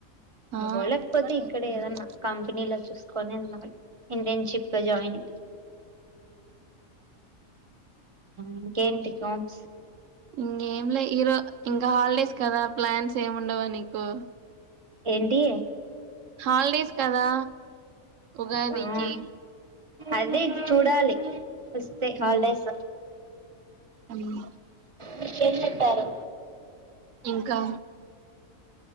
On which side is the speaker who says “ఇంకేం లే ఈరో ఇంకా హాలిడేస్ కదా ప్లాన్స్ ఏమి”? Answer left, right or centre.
Right